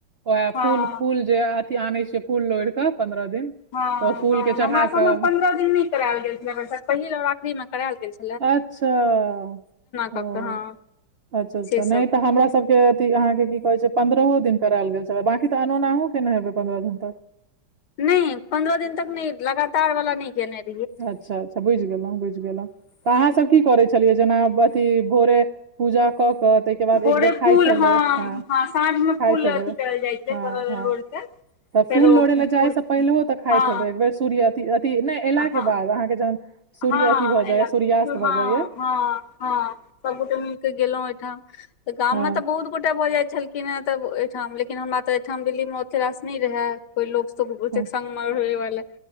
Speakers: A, on the right (about 55°); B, on the left (about 65°).
A: ओहे
B: हँ
A: फूल फूल जे अथी आनय छै फूल लोढ़ि क पन्द्रह दिन
B: हँ
A: तऽ ओ फूल
B: हं
A: के चढ़ा
B: हमरा सभ
A: कऽ
B: मे पंन्द्रह दिन नहि करायल गेल छैे भरिसक पहिल और आखिरी में करायल गेल छैे
A: अच्छ ओ
B: कऽ कऽ हँ
A: अच्छ अच्छा
B: से सब
A: नहि तऽ हमरा सभके अ अहाँ के की कहे छै पन्द्रहो दिन करायल गेल छै बाकी तऽ अनुना अहु केने हेबे पन्द्रह दिन तक
B: नइ पंन्द्रह दिन तक नहि लगातार वाला न केने रहे
A: अच्छा अच्छा बुझि गेलहुँ बुझि गेलहुँ तऽ अहाँसभ की करै छलियै जेना अथी भोरे पूजा क के तय के बाद
B: भोरे
A: एक बेर खाइ
B: फूल
A: छलै
B: हँ
A: ह
B: हँ साँझमे
A: खाइत
B: फूल
A: हेबै
B: अथी करल जाइ छलै
A: हँ
B: तोड़ल
A: हँ
B: लोढ़िके
A: तऽ
B: फेरो
A: फूल लोढ़य लए
B: फूल
A: जाइसँ पहिलहो तऽ खाइत
B: हँ
A: हेबय एकबेर सूर्य अथी अथी नहि अयला के
B: हँ
A: बाद अहाँ के जहन सूर्य
B: हँ
A: अथी भऽ जाइया
B: एल हँ
A: सूर्यास्त भऽ जाइया
B: हँ हँ सबगोटे मिलके गेलहुँं ओठाम त गाममे
A: हँ
B: तऽ बहुत गोटे भ जाइ छल कि नहि तब एहिठाम लेकिन हमरा तऽ एहिठाम दिल्लीमे ओते रास नहि रहय कोई लोक संगगमे
A: हँ
B: रहे वाला